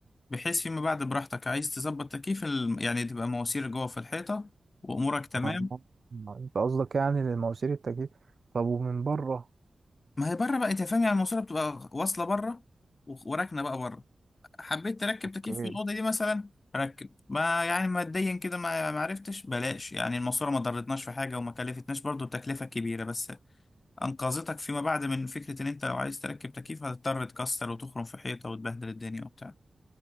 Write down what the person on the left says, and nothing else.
بحيث فيما بعد براحتك عايز تظبط تكييف ال- يعني تبقى مواسير جوه في الحيطة وأمورك تمام
ما هي بره بقى انت فاهم يعني الماسوره بتبقى واصله بره و- وراكنه بقى بره حبيت تركب
تكييف في الاوضه دي مثلا ركب ما يعني ماديا كده ما ما عرفتش بلاش يعني الماسوره ما ضرتناش في حاجه وما كلفتناش برضو التكلفه كبيره بس انقذتك فيما بعد من فكره ان انت لو عايز تركب تكييف هتضطر تكسر وتخرم في حيطه وتبهدل الدنيا وبتاع